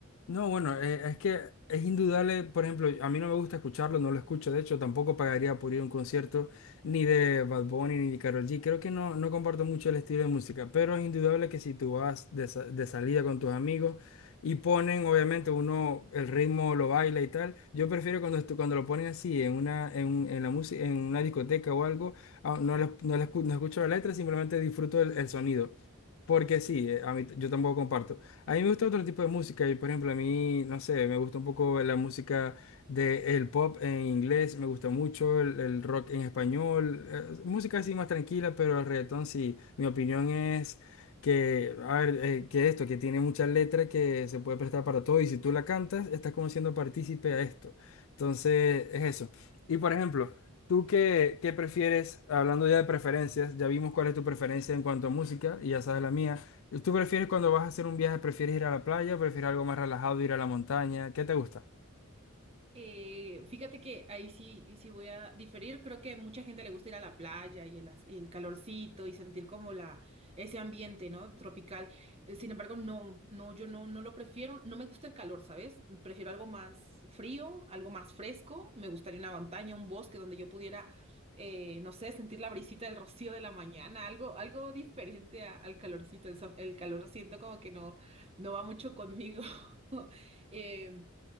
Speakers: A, on the left (about 65°); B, on the right (about 30°).
A: No, bueno, eh, es que es indudable, por ejemplo, a mí no me gusta escucharlo, no lo escucho, de hecho, tampoco pagaría por ir a un concierto ni de Bad Bunny ni de Karol G. Creo que no, no comparto mucho el estilo de música, pero es indudable que si tú vas de, sa- de salida con tus amigos y ponen, obviamente, uno el ritmo lo baila y tal, yo prefiero cuando, estu- cuando lo ponen así en una, en, un- en la música, en una discoteca o algo, ah, no, lo- no, lo escu- no escucho la letra, simplemente disfruto el el sonido. Porque sí, eh, a mí, t- yo tampoco comparto. A mí me gusta otro tipo de música y por ejemplo a mí, no sé, me gusta un poco la música del pop en inglés, me gusta mucho el, el rock en español, eh, música así más tranquila, pero el reggaetón sí, mi opinión es que, a ver, eh, que esto, que tiene muchas letras que se puede prestar para todo y si tú la cantas, estás como siendo partícipe a esto. Entonces, es eso. Y por ejemplo, ¿tú qué, qué prefieres? Hablando ya de preferencias, ya vimos cuál es tu preferencia en cuanto a música y ya sabes la mía. ¿Tú prefieres cuando vas a hacer un viaje, prefieres ir a la playa o prefieres algo más relajado, ir a la montaña? ¿Qué te gusta?
B: Eh, fíjate que ahí sí, sí voy a diferir. Creo que mucha gente le gusta ir a la playa y el, as- y el calorcito y sentir como la, ese ambiente, ¿no? Tropical. Eh, Sin embargo, no, no, yo no, no lo prefiero. No me gusta el calor, ¿sabes? Prefiero algo más frío, algo más fresco. Me gustaría una montaña, un bosque donde yo pudiera, eh, no sé, sentir la brisita del rocío de la mañana, algo, algo diferente a- al calorcito. El, so- el calor lo siento como que no, no va mucho conmigo. <laughs> Em,